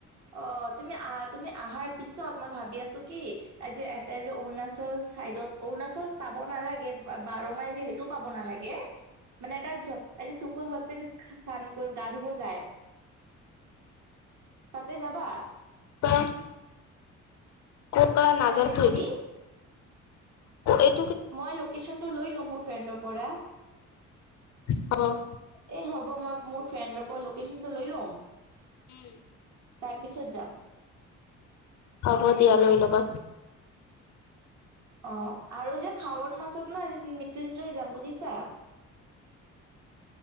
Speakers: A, on the right (about 70°); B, on the left (about 65°).
A: অ তুমি আহা তুমি আহাৰ পিছত মই ভাবি আছো কি আ যে এটাই যে অৰুণাচল চাইদত অৰুণাচল পাব নালাগে বাৰ মাইল যে সেইটো পাব নালাগে। মানে এটা য এ যে শুক হন্ততে যে - চানপূৰ গা ধুব যায়। তাতে যাবা?
B: আহ ক'ত বা নাজানো
A: চানডে
B: টো
A: কৰি
B: ইটো।
A: মই লোকেশ্যনটো লৈ লওঁ মোৰ ফ্ৰেণ্ডৰ পৰা। এ
B: হ'ব।
A: হ'ব মই মোৰ ফ্ৰেণ্ডৰ পৰা লোকেশচনটো লৈ ল'ম।
B: উম
A: তাৰ পিছত যাম।
B: হব দিয়া লৈ লবা।
A: অহ আৰু যে খাৱৰ মাছত ন মৃত্যুঞ্জয় যাম বুজিছা।